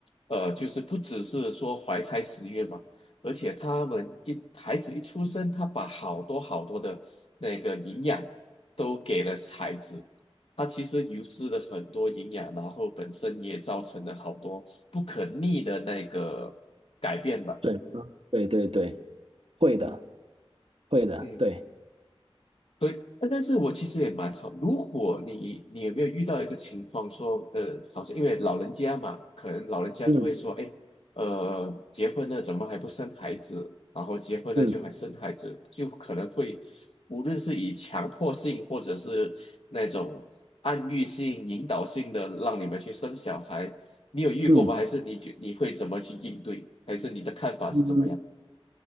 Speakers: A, on the left; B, on the right.
A: 呃，就是不只是说怀胎十月嘛，而且她们一孩子一出生，她把好多好多的那个营养都给了孩子。它其实流失了很多营养，然后本身也造成了好多不可逆的那个改变吧。
B: 对，对对对，会的，会的，
A: 嗯。
B: 对，
A: 对，呃但是我其实也蛮好。如果你你有没有遇到一个情况说，呃，好像因为老人家嘛，可能老人家都会说，
B: 嗯
A: 哎，呃，结婚了怎么还不生孩子？然后结婚了就还生孩子，
B: 嗯
A: 就可能会，无论是以强迫性或者是那种暗喻性、引导性的让你们去生小孩，你有遇过吗？
B: 嗯。
A: 还是你觉你会怎么去应对？还是你的看法是怎么样？
B: 嗯